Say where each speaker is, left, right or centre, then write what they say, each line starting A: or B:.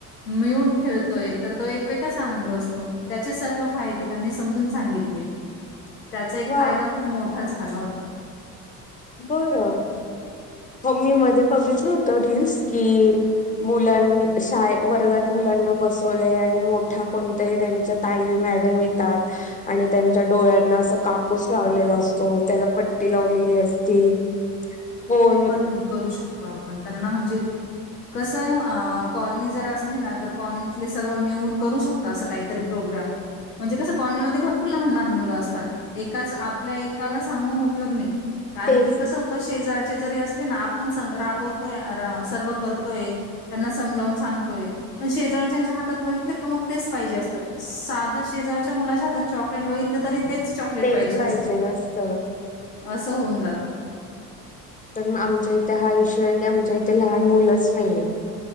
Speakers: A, on the left; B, on the left.
A: मिळून खेळतोय, तर तो एक वेगळाच आनंद असतो. त्याचे सर्व फायदे त्यांनी समजून सांगितले.
B: <inaudible>
A: त्याचा एक
B: वा
A: फायदा खूप मोठा झाला होता.
B: बरं. हो मी मध्ये बघितलं होत रिल्स, की मुलां शाळे वर्गात मुलांना बसवलंय आणि मोठा कोणत्या त्यांच्या ताई मॅडम येतात. आणि त्यांच्या डोळ्यांना अस कापूस लावलेला असतो, त्याला पट पट्टी लावलेली असती. होय.
A: हम, करू शकतो आपण त्यांना म्हणजे कसं, कॉलनी जर असली ना तर कॉलनीतले सर्व मिळून करू शकतो. असं काहीतरी प्रोग्राम. म्हणजे कसं कॉलनीमध्येध्ये भरपूर लहान लहान मुलं असतात. एकाच आपल्या एकाला सांगून उपयोग नाही. कारण
B: तेच
A: की कसं होतं. शेजारचे जरी असले ना आपण रागवतोय सर्व करतोय. त्यांना समजावून सांगतोय. पण शेजारच्याच्या हातात बघितले का मग तेच पाहिजे असतं. साधं शेजारच्या मुलाच्या हातात चॉकलेट बघितलं तरी तेच चॉकलेट
B: तेच
A: पाहिजे असत.
B: असतं
A: असं होऊन जात.
B: पण आमच्या इथे हा विशू आहे की आमच्या इथे लहान मुलंच नाहीयेत.